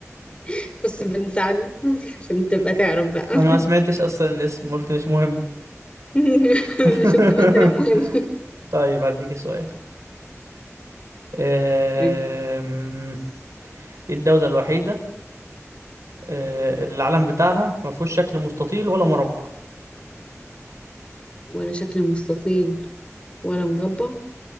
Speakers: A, on the left; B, on the right.
A: <laughs> فس بن سعده <laughs> عشان تبقى تعرف بقى
B: ما انا ما سمعتش اصلا الاسم قلت مش مهم
A: <laughs>
B: <laughs>
A: شفت بقى طلع مهم
B: طيب هديك سؤال أم،
A: <laughs>
B: ايه الدولة الوحيدة أه، اللي العلم بتاعها ما فيهوش شكل مستطيل ولا مربع
A: ولا شكل مستطيل ولا مربع